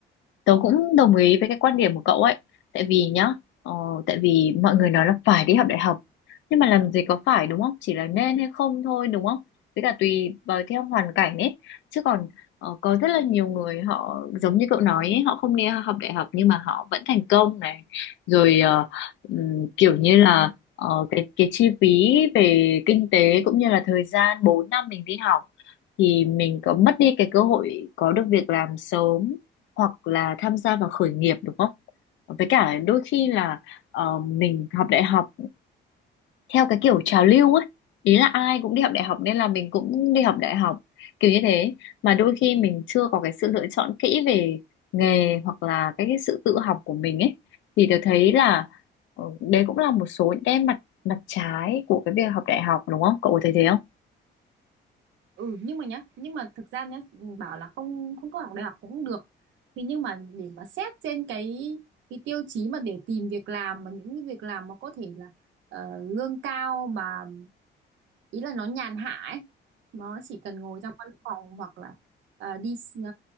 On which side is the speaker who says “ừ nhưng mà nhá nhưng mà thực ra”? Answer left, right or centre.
Right